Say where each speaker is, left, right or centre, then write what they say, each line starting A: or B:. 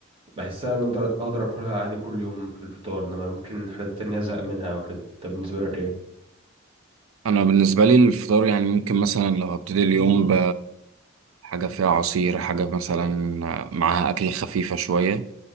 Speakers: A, on the right; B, on the right.
A: بحسها ان اقدر اقدر اكلها عادي كل يوم في الفطار انما ممكن حاجات تانية ازهق منها او كده طب بالنسبة لك ايه؟
B: أنا بالنسبة لي الفطار يعني ممكن مثلا لو هبتدي اليوم ب حاجة فيها عصير حاجة مثلا معاها أكل خفيفة شوية